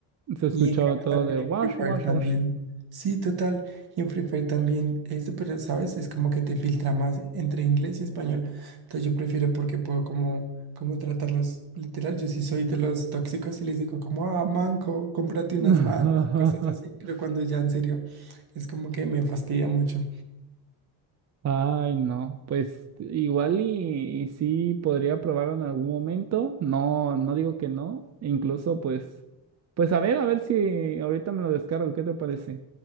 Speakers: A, on the right (about 40°); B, on the right (about 55°).
A: se escuchaba
B: Y en cambio
A: todo
B: también
A: de wash,
B: en Free Fire
A: wash,
B: también.
A: wash.
B: Sí, total. Y en Free Fire también, este, pero sabes, es como que te filtra más entre inglés y español. Entonces yo prefiero porque puedo como, como tratarlos literal. Yo sí soy de los tóxicos y les digo como, ah, manco, cómprate unas
A: <laughs>
B: manos, cosas así. Pero cuando ya en serio, es como que me fastidia mucho.
A: Ay, no, pues igual y, y sí podría probarlo en algún momento. No, no digo que no. Incluso pues, pues a ver, a ver si ahorita me lo descargo, ¿qué te parece?